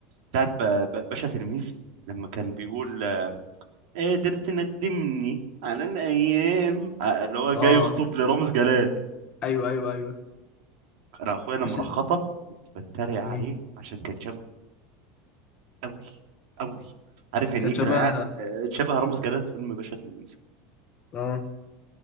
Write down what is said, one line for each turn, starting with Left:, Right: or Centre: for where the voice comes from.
Right: بتاعت ب- ب- باشا تلميذ لما كان بيقول آه، قادر تندمني على الايام آه، اللي هو
Left: أه
Right: جاي يخطب لرامز جلال
Left: أيوه أيوه أيوه
Right: انا اخويا لما
Left: مش
Right: راح خطب كنت بتريق عليه
Left: مم.
Right: عشان كان شبهه قوي قوي عارف يعني
Left: كان
Right: ايه كان
Left: شبه
Right: قاعد آه، شبه رامز جلال في فيلم باشا تلميذ
Left: اه